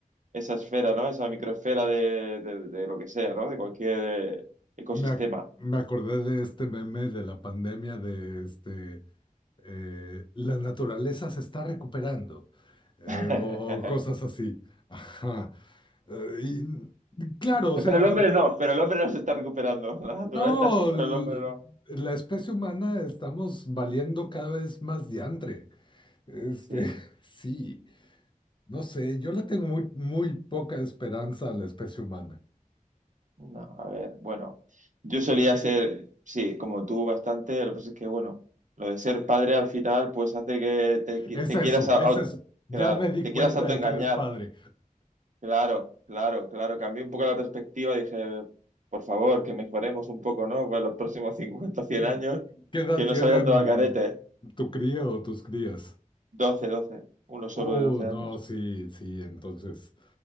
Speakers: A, on the right; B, on the left.
A: esa esfera, ¿no? Esa microesfera de, de- de lo que sea, ¿no? De cualquier ecosistema.
B: Me, ac- me acordé de este meme de la pandemia de este, eh, la naturaleza se está recuperando, eh,
A: <laughs> Pero
B: o, o cosas así. <laughs> Ajá. Eh, y claro, o
A: el
B: sea,
A: hombre no, pero el hombre no se está recuperando. <laughs> La naturaleza
B: no,
A: sí, pero
B: l-
A: el hombre no.
B: la especie humana estamos valiendo cada vez más diantre. Este,
A: Sí,
B: <laughs> sí, no sé, yo le tengo muy, muy poca esperanza a la especie humana.
A: no, a ver, bueno, yo solía ser, sí, como tú bastante, lo que pasa es que, bueno, lo de ser padre al final, pues hace que te, qui-
B: Es
A: te
B: eso,
A: quieras, a-
B: es
A: au-
B: eso. Ya
A: claro,
B: me di
A: te
B: cuenta
A: quieras autoengañar.
B: de que eres padre.
A: Claro, claro, claro. Cambié un poco la perspectiva. Dije, por favor, que mejoremos un poco, ¿no? Para los próximos <laughs> 50, cien
B: Mm,
A: años,
B: ¿Qué edad
A: que no
B: tienen
A: se vaya todo al carete.
B: tu cría o tus crías?
A: 12, 12. Uno solo
B: Oh,
A: de 12 años.
B: no, sí, sí, entonces,